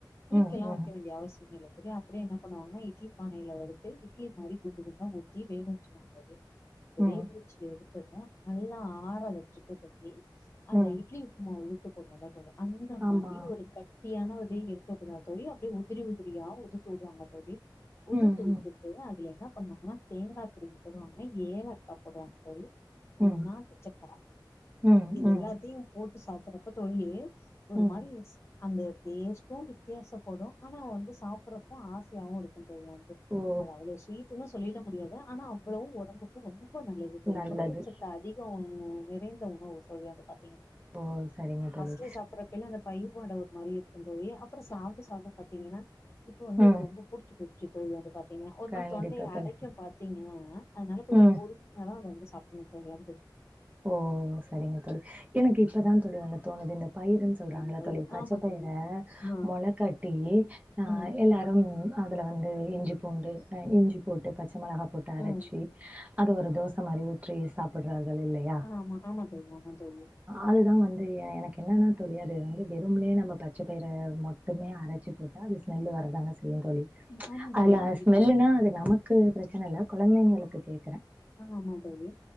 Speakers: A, on the left (about 35°); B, on the right (about 20°).
A: புளிக்கல்லா
B: ம் ம்
A: வெக்க இங்க அவசியமே இல்ல தோழி அப்புடியே என்ன பண்ணுவாங்கன்னா இட்லி பானைல வடுத்து இட்லி மாரி குண்டு குண்டா ஊத்தி வேணு
B: <unintelligible>
A: அத
B: ம்
A: வேங்க வெச்சி எடுத்தத நல்லா ஆற வச்சுட்டு தூங்கி அத
B: ம்
A: இட்லி மாவு உழுத்து <inaudible> அந்த
B: ஆமா
A: மாரி ஒரு கட் டியான இதே இருக்கக்கூடாது தோழி அப்படே உதிரி உதிரியா உதுத்து உடுவாங்க தோழி உதுத்து
B: ம் ம்
A: உட்டுட்டு அதுல என்ன பண்ணுவாங்கனா தேங்கா துருவி போடுவாங்க ஏலக்கா போடுவாங்க தோழி நா
B: ம்
A: டுச்சக்கர
B: ம்
A: இது
B: ம்
A: எல்லாத்தையு போட்டு சாப்படுறப்ப <unintelligible> ஒரு
B: ம்
A: மாரி அந்த டேஸ்ட்டு வித்தியாசப்படு அனா வந்து சாப்பட்றப்ப ஆசையாகவு இரு <unintelligible>
B: ஓ
A: அது அவ்ளோ ஸ்வீட்டுனு சொல்லிட முடியாது அனா அவ்வளவு ஒடம்புக்கு ரொம்ப நல்லது தோழி
B: நல்லது
A: புரதச்சத்த அதி கோ நிறைந்த உணவு தோழி அது பாத்திங்கன்னா
B: ஓ சரிங்க தோழி
A: பஸ்ட்டே சாப்படறபைலா அந்த தயிர் வாடா ஒரு மாரி இருக்கு தோழி அப்பறோ சாப்ட சாப்ட பாத்திங்கன்னா இப்ப வந்து
B: ம்
A: அது ரொம்ப புடிச்சி <unintelligible> தோழி வந்து பாத்திங்கன்னா ஒரு
B: கண்டிப்பா
A: மாரி தொண்டைய
B: தோழி
A: அடைக்கு பாத்திங்கன்னா அதனால கொஞ்சோ
B: ம்
A: பொறும அ வந்து சாப்படனு <unintelligible> வந்து
B: ஓ செரிங்க தோழி எனக்கு இப்பதா தோழி ஒன்னு தோணுது இந்த பயிருன்னு
A: ம்
B: சொல்றாங்களா
A: சொல்லுங்க
B: தோழி பச்ச
A: ஆமா
B: பயர
A: தோழி ஆ
B: மொளக்கட்டி ஆ
A: ம்
B: எல்லாரு அதுல வந்து இஞ்சி பூண்டு ன இஞ்சி போட்டு பச்ச மெளகா போட்டு அரச்சி
A: ம்
B: அது ஒரு தோச மாரி ஊற்றி சாப்பிடுறார்கள் இல்லை
A: ஆ ஆமா ஆமா தோழி ஆமா தோழி
B: அது தான் வந்து எனக்கு என்னென்னா தோழி அது வந்து வெறும்லே நம்ம பச்சைப்பயிற மட்டுமே அரைச்சி போட்டா அது ஸ்மெல்லு வரதாங்க செய்யும் தோழி
A: ம். ஆமா
B: அதுல
A: தோழி கண்டிப்பா
B: ஸ்மெல்லுன்னா அது நமக்கு பிரச்சனை இல்ல கொழந்தைங்களுக்கு கேக்குறேன்
A: ஆ ஆமா தோழி